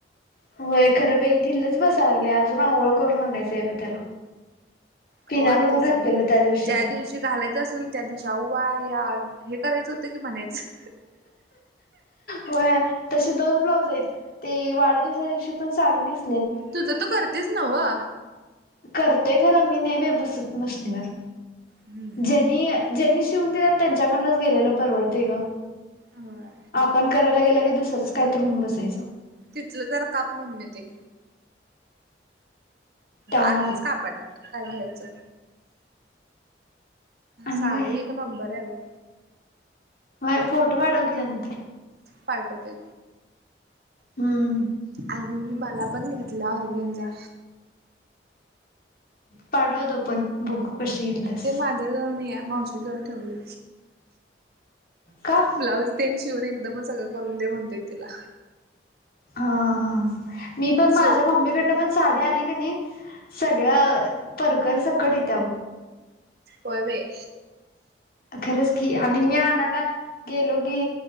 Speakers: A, on the left; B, on the right.
A: होय खरं बाई ढिलाच बसाय लागलय अजून आवळ करुण आणायचं आहे होय त्याला.
B: कवा
A: पिना लाऊन
B: आणतेस
A: घातलेलं
B: बघ आता
A: त्या दिवशी
B: ज्या
A: पण.
B: घालायचं असेल त्या दिशा अवा या हे करायचं होतं की म्हणायचं.
A: व्होय तशी दोन ब्लाउज आहेत ते वाढदिवसा दिवशी पण साडी नेस
B: तुझं तु करतीच नव्ह?
A: करतेय खर मी नेवे बसत मशनीवर.
B: हम्म. <inaudible>
A: ज्यांनी, ज्यांनी शिवून दिलात त्यांच्याकडनच गेलेलं परवडते ग.
B: होय
A: आपण करायला गेलं की दुसरच काय तर हून बसायचं.
B: तिथलं जरा काप मम्मी ते.
A: त्यामुळं
B: अर्धीच कापायच, काय घ्यायच?
A: आणि
B: साडी
A: काय
B: एक नंबर आहे बघ.
A: होय, फोटो पाठव की नंतर.
B: पाठवते.
A: हम्म
B: आणि मी मला पण घेतला ऑरगेनजा.
A: पाठवतो पण बुक कशी घेतलीस?
B: ते माझ्या जवळ नाहीये माऊशी जावळ ठेवले <inaudible>
A: का?
B: ब्लाऊज ते शिवन एकदमच सगळं करून दे म्हणतोय तिला.
A: हा हा मी पण
B: शिवत्या
A: माझ्या मम्मीकडन
B: की
A: पण साड्या आली की नाही सगळं परकर सकट येत्या बघ.
B: होय बाये.
A: खरंच की आणि म्या आणायला गेलो की